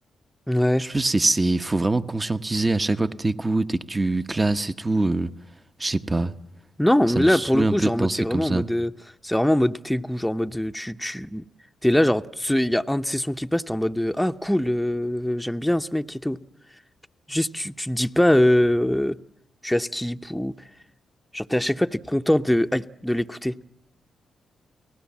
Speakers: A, in the centre; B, on the right.
A: Ouais.
B: Je pense que c'est, c'est, faut vraiment conscientiser à chaque fois que t'écoutes et que tu classes et tout. euh, je sais pas.
A: Non,
B: Ça
A: mais
B: me
A: là,
B: saoule
A: pour le
B: un
A: coup,
B: peu
A: genre,
B: de
A: en
B: penser
A: mode, c'est vraiment
B: comme ça.
A: en mode, euh, c'est vraiment en mode tes goûts, genre, en mode, euh, tu, tu, t'es là, genre, ce- il y a un de ces sons qui passe, t'es en mode, euh, ah, cool, euh, j'aime bien ce mec et tout. Juste, tu, tu te dis pas, euh, tu as skip ou, genre, t'es à chaque fois, t'es content de, aïe, de l'écouter.